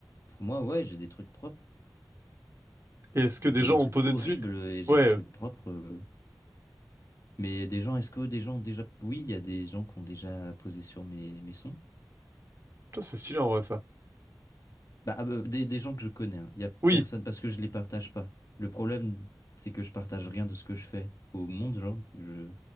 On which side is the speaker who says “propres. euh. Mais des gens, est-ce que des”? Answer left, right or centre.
Left